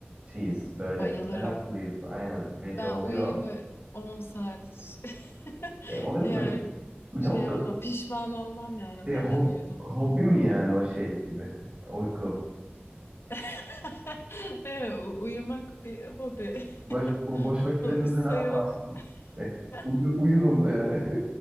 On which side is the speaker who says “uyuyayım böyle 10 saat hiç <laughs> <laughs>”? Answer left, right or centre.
Left